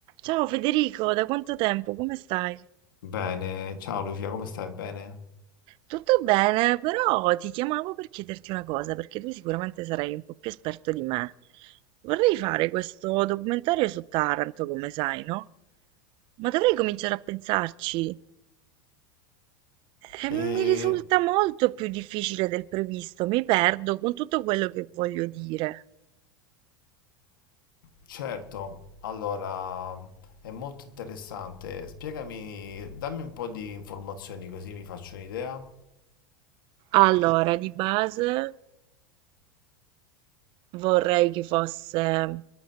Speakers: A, on the right; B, on the left.
A: Ciao Federico, da quanto tempo? Come stai?
B: Bene, ciao Lucia, come stai? Bene?
A: Tutto bene, però ti chiamavo per chiederti una cosa, perché tu sicuramente sarai un po' più esperto di me. Vorrei fare questo documentario su Taranto, come sai, no? Ma dovrei cominciare a pensarci. E mi
B: E
A: risulta molto più difficile del previsto, mi perdo con tutto quello che voglio dire.
B: certo, allora è molto interessante. Spiegami, dammi un po' di informazioni così mi faccio un'idea.
A: Allora, di base. Vorrei che fosse